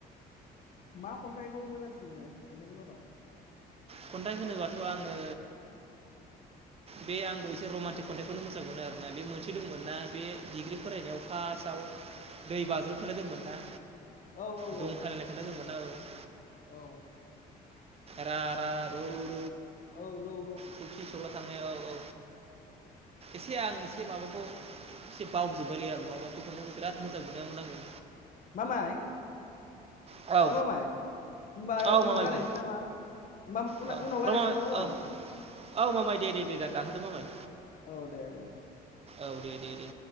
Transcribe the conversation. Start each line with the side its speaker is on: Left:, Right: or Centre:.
Left: मा खन्थाइखौ मोजांसिन मोनो खन्थाइनि मादाव
Right: खन्थाइ होनोबाथ' आङो बे आंबो एसे रमान्टिक खन्थाइखौ नुदों फो जागौमोन आरोना बे मोनसे दंमोन ना बे डिग्रि फरायनायाव फास्स्टाव दै बाज्रुम खोना दंमोन ना
Left: औ औ
Right: दं
Left: औ
Right: खालायनायखौोननो दंमोन औ
Left: औ
Right: र र रौ
Left: औ र
Right: फलथि सराव थांनाय औ औ एसे आं एसे माबाखौ एसे बावजोबलि आरो नङाबा दखानफोरखौ बिराद मोजां मोनामोन आङो
Left: मामाय
Right: औ
Left: ओ मामाय होमबा
Right: औ
Left: उनाव
Right: मामाय
Left: रायजलायनोसै
Right: बुं
Left: नामा
Right: औ
Left: उनाव रायज्लायसै
Right: र' मामाय
Left: नामा म माय
Right: औ औ मामाय दे दे दे दा दानहरदोंो मामाय
Left: औ दे दे
Right: औ दे दे दे